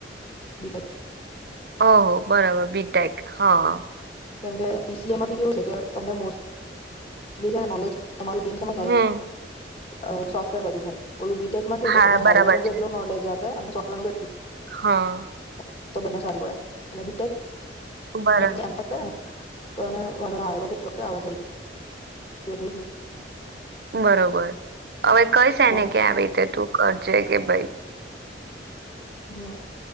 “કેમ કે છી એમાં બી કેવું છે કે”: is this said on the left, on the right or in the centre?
Left